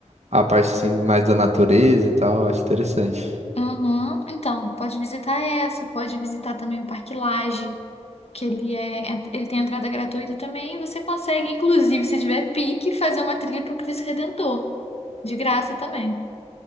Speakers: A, on the right (about 65°); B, on the left (about 60°).
A: a parte, assim, mais da natureza e tal. Eu acho interessante.
B: Aham. Então, pode visitar essa, pode visitar também o Parque Lage, que ele é, é- ele tem entrada gratuita também, e você consegue, inclusive, se tiver pique, fazer uma trilha para o Cristo Redentor. De graça também.